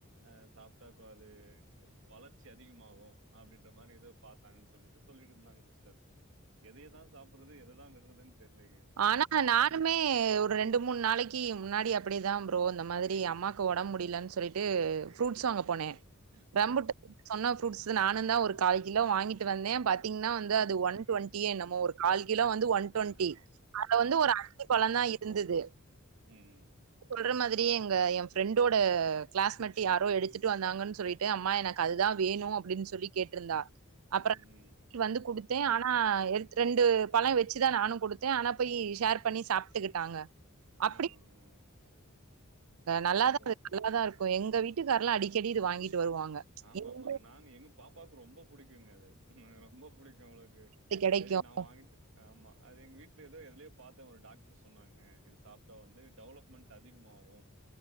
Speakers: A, on the right (about 65°); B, on the right (about 80°).
A: அஹ் சாப்ட்டா கூடாது வளர்ச்சி அதிகமாகும் அப்படின்ற மாதிரி ஏதோ பார்த்தாங்கன்னு சொல்லிட்டு சொல்லிட்டு இருந்தாங்க சிஸ்டர் எதையதான் சாப்பிட்டுரது எதான் கட்டுறதுன்னு தெரியலீங்க
B: ஆனா நா இமே ஒரு ரெண்டு மூணு நாளைக்கு முன்னாடி அப்படி தான் ப்ரோ இந்த மாதிரி அம்மாவுக்கு உடம்பு முடியலன்னு சொல்லிட்டு ப்ரூட்ஸ் வாங்க
A: அ
B: போனேன் ரம்புட்ட
A: ஆ
B: சொன்ன ஃரூட்ஸ் நானும் தான் ஒரு கால் கிலோ வாங்கிட்டு வந்தேன் பாத்தீங்கன்னா வந்து அது ஒன் டுவெண்டி நம்ம ஒரு கால் கிலோ வந்து ஒன் டுவெண்டி
A: ஆமா,
B: வந்து
A: ஆமாங்க.
B: ஒரு அழி பழம்
A: இந்தா
B: தான் இருந்தது
A: ம் ம்
B: சொல்ற மாதிரி எங்க என் ஃப்ரெண்டோட கிளாஸ் மட்டு் யாரோ எடுத்துட்டு வந்தாங்கன்னு சொல்லிட்டு அம்மா எனக்கு அதுதான் வேணும் அப்படின்னு சொல்லி கேட்டிருந்தா அப்புறம்
A: ம் ம்
B: வந்து கொடுத்தேன் ஆனா ரெண்டு பழம் வச்சுதான் நானும் கொடுத்தேன் ஆனா போய் ஷேர் பண்ணி சாப்பிட்டுக்கிட்டாங்க அப்படி
A: அ அ
B: நல்லாதான்
A: ஓ
B: அது நல்லாதான் இருக்கும் எங்க வீட்டுக்காரெல்லாம் அடிக்கடி இது வாங்கிட்டு வருவாங்க
A: ஆமா
B: எங்க
A: ஆமாங்க நாங்க எங்க பாப்பாவுக்கு ரொம்ப புடிக்குங்க அது ரொம்ப புடிக்கும் அவங்களுக்கு
B: இது கிடைக்கும்
A: சரி நான் வாங்கிட்டு ஆமா அது எங்க வீட்டுல ஏதோ எதுலயோ பார்த்தன் ஒரு டாக்டர் சொன்னாங்க இது சாப்பிட்டா வந்து டெவலப்மெண்ட் அதிகமும்